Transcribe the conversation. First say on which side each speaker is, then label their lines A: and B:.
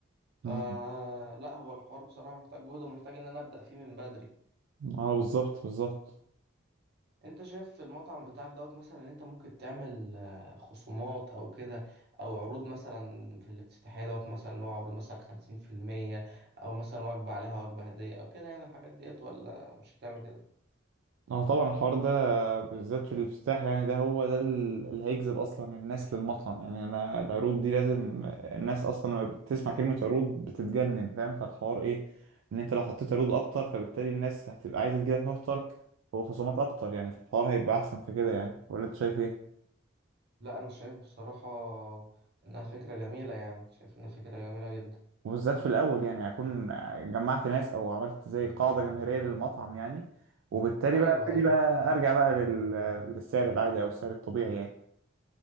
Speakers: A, on the right; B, on the right.
A: فلا
B: مم.
A: هو الحوار بصراحه محتاج جهد ومحتاج ان انا ابدا فيه من بدري
B: اه بالظبط بالظبط
A: انت شايف في المطعم بتاعك دوت مثلا ان انت ممكن تعمل آه، خصومات او كده او عروض مثلا في الافتتاحية دوت مثلا اللي هو عروض مثلا خمسين في المية او مثلا وجبة عليها وجبة هدية او كده يعني الحاجات ديت ولا مش هتعمل كده
B: اه طبعا الحوار ده بالذات في الافتتاح يعني ده هو ده ال- اللي هيجذب اصلا الناس للمطعم يعني انا العروض دي لازم الناس اصلا لما بتسمع كلمة عروض بتتجنن فاهم فالحوار ايه ان انت لو حطيت عروض اكتر فبالتالي الناس هتبقى عايزة تجيلك اكتر وخصومات اكتر يعني الحوار هيبقى احسن في كده يعني ولا انت شايف ايه
A: لا انا شايف بصراحة انها فكرة جميلة يعني شايف انها فكرة جميلة جدا
B: وبالذات في الاول يعني هكون جمعت ناس او عملت زي قاعدة جماهيرية للمطعم يعني وبالتالي
A: ايوه
B: بقى ابتدي
A: ايوه
B: بقى ارجع بقى لل- للسعر العادي او السعر الطبيعي يعني